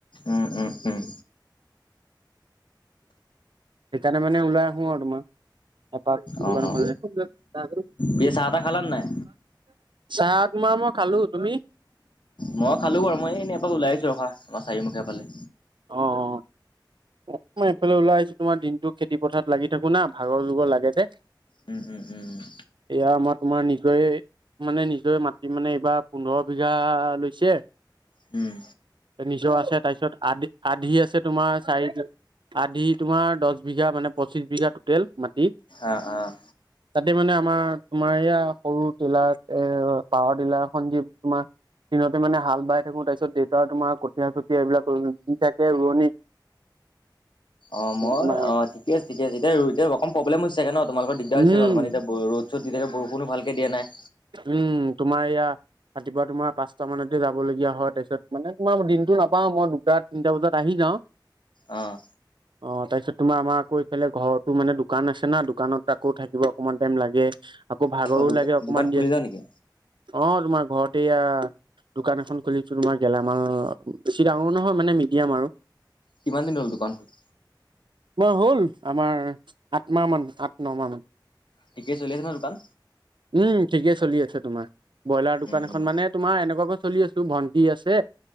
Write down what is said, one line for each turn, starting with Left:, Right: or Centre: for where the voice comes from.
Left: উম, উম, উম।
Right: সেইকাৰণে মানে ওলাই আহো। আহো আৰু তোমাৰ এপাক দোকান
Left: অ অ
Right: খনলে।
Left: পিছে চাহ তাহ খালানে নাই?
Right: চাহ তোমাৰ মই খালো তুমি।
Left: মই খালো বাৰু মই এনেই এপাক ওলাই আহিছোঁ ৰখা আমাৰ চাৰিমখীয়া ফালে।
Right: অ'হ, অ'হ। অ মই এইফালে ওলাই আহিছো তোমাৰ দিনটো খেতি পথাৰ লাগি থাকো না ভাগৰ যোগৰ লাগে যে।
Left: উম, উম, উম, উম।
Right: এয়া আমাৰ তোমাৰ নিজয়ে। মানে নিজৰে মাটি মানে এইবাৰ পোন্ধৰ বিঘা লৈছে।
Left: উ'ম।
Right: নিজৰ আছে তাৰপিছত আদি আধি আছে তোমাৰ চাৰি- আধি তোমাৰ দহ বিঘা মানে পঁচিশ বিঘা টোটেল মাটি।
Left: অ'হ, অ'হ।
Right: উ <unintelligible> তাতে মানে আমাৰ তোমাৰ এয়া সৰু টিলাৰ এ পাৱাৰ টিলাৰখন যি তোমাৰ। দিনতে মানে হাল বাই থাকো তাৰ পিছত দেউতা তোমাৰ কঠীয়া চঠীয়া এইবিলাক ৰুই থাকে ৰোৱনী।
Left: অ মই
Right: তোমাৰ
Left: অ ঠিক আছে ঠিক আছে এয়া এয়া অকণ প্ৰব্লেম হৈছোগে ন তোমালোকৰ দিগদাৰ হৈছোগে
Right: উম
Left: অলপমান এতিয়া। ৰ'দ' চদ দি থাকে, বৰষূণ ভালকৈ দিয়া নাই।
Right: উম তোমাৰ এইয়া। ৰাতিপুৱা তোমাৰ পাঁচটা মানতে যাবলগীয়া হয় তাৰপিছত মানে তোমাৰ দিনটো নাপাওঁ মই। তিনটা বজাত আহি যাওঁ।
Left: অহঁ।
Right: <unintelligible> অ তাৰপিছত তোমাৰ আমাৰ আকৌ এইফালে ঘৰৰতো মানে দোকান আছে না দোকানত আকৌ থাকিব অকমান টাইম লাগে। আকৌ ভাগৰো
Left: অ দোকান
Right: লাগে অকমান
Left: দোকান খুলিলা
Right: দি আছো অ
Left: নেকি
Right: তোমাৰ ঘৰতে এয়া। দোকান এখন খুলিছো তোমাৰ গেলামাল বেছি ডাঙৰ নহয় মানে মিডিয়াম আৰু।
Left: কিমান দিন হ'ল দোকান খোলা
Right: মই হ'ল আমাৰ আঠ মাহ মান আঠ ন মান
Left: ঠিকেই চলি আছে ন দোকান
Right: উম ঠিকে চলি আছে তোমাৰ ব্ৰইলাৰ দোকান
Left: উম
Right: এখন
Left: উম
Right: মানে তোমাৰ এনেকুৱাকৈ চলি আছো আছে